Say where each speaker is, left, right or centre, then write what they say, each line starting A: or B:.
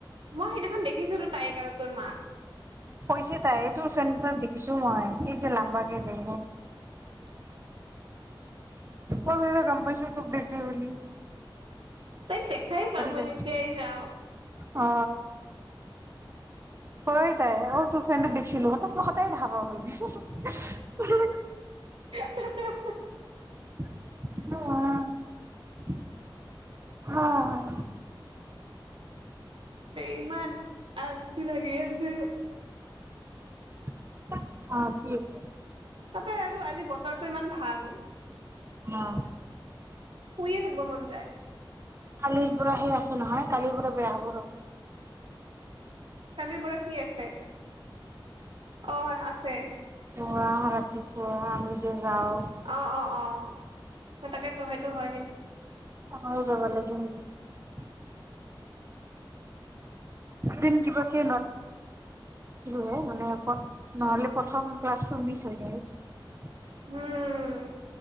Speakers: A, on the right (about 80°); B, on the right (about 30°).
A: মই সেইদিনাখন দেখি আহিছ তাইকাৰ তোৰ মাক
B: পইছে তাই তোৰ ফ্ৰেণ্ডাক দেখিছো মই এই যে লাম্বাকেই যে ম গম পাইছো তোক দেখিছো বোলি
A: তাইক দেখাই পাওঁ মই
B: যায়
A: যেতিয়াই যাওঁ
B: অ ক তাই তোৰ ফে ছিলোহঁতোহতে ধাবা হলে উ
A: <unintelligible>
B: অ অ
A: ইমান আল লাগে আছে
B: <unintelligible>
A: তাতে আৰু আজি বতৰটো ইমান ভাল
B: অ আ
A: শুয়ে‌‌ থাকিব মন যায়।
B: কালিৰ পৰা সেই আছোঁ নহয়, কালিৰ পৰা বেয়া হ'ব ৰ
A: কালিৰ পৰা কি আছে? অ', আছে।
B: পোৱা, ৰাতিপুৱা আমি যে যাওঁ
A: অ', অ', অ'। তাকেতো, সেইটো হয়, কিন
B: <unintelligible> দুদিন কিবাকে <unintelligible> <unintelligible> হে, মানে নহ'লে প্ৰথম ক্লাছ মিচ হৈ <unintelligible>
A: উম